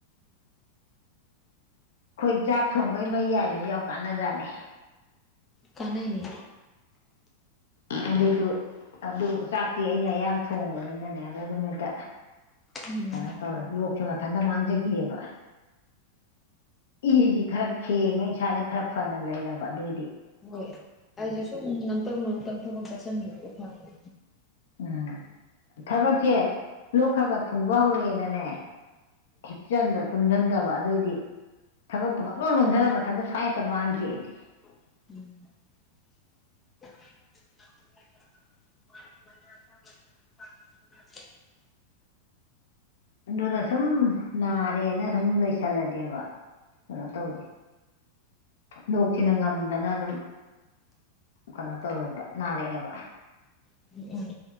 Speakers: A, on the left; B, on the left.
A: ꯑꯩꯈꯣꯏ ꯆꯥꯛ ꯊꯣꯡꯕꯩ ꯃꯩ ꯌꯥꯏꯕꯕꯁꯤ ꯌꯥꯝ ꯀꯥꯟꯅꯖꯥꯠꯅꯤ
B: ꯀꯅꯥꯩꯅꯦ
A: ꯑꯗꯨꯏꯗꯨ ꯑꯗꯨ ꯆꯥꯛꯇꯤ ꯑꯩꯅ ꯑꯌꯥꯝ ꯊꯣꯡꯕꯅꯤꯅꯅꯦ ꯑꯗ ꯗꯨꯝꯃꯤꯠꯇ
B: ꯎꯝ
A: ꯀꯩꯅꯣ ꯇꯧꯋꯦ ꯂꯣꯛꯁꯨ ꯃꯊꯟꯇ ꯃꯥꯡꯖꯒꯤꯑꯕ ꯏꯖꯤ ꯈꯔ ꯈꯦꯡꯉꯦ ꯑꯩꯅ ꯏꯁꯥꯥꯖꯦ ꯈꯔ ꯐꯅ ꯂꯩꯔꯕ ꯑꯗꯨꯏꯗꯤ
B: ꯍꯣꯏ ꯑꯩꯖꯨ ꯁꯨꯝ ꯅꯝꯇꯧ ꯅꯝꯇꯧ ꯊꯕꯛ ꯆꯠꯁꯤꯟꯕꯤꯔ ꯐꯥꯔꯦ
A: ꯎꯝ ꯊꯕꯛꯁꯦ ꯂꯣꯛ ꯈꯥ ꯈꯥ ꯊꯨꯡꯕ ꯍꯧꯔꯦꯅꯅꯦ ꯍꯤꯞꯆꯟꯕ ꯇꯨꯝꯖꯟꯗꯕ ꯑꯗꯨꯏꯗꯤ ꯊꯕꯛꯇ ꯄꯛꯂꯣꯏ ꯅꯣꯝꯖꯜꯂꯕ ꯑꯗ ꯁ꯭ꯋꯥꯏ ꯍꯦꯛꯇ ꯃꯥꯡꯒꯤ ꯑꯩꯗꯤ
B: <unintelligible> <unintelligible>
A: ꯑꯗꯨꯗ ꯁꯨꯝ ꯅꯥꯔꯦꯅ ꯁꯨꯝ ꯂꯩꯁꯜꯂꯗꯤꯕ ꯀꯩꯅꯣ ꯇꯧꯋꯦ ꯂꯣꯛꯁꯤꯅ ꯉꯝ ꯗꯅ ꯑꯗꯨꯝ ꯀꯩꯅꯣ ꯇꯧꯋꯦꯕ ꯅꯥꯔꯛꯑꯦꯕ
B: <unintelligible>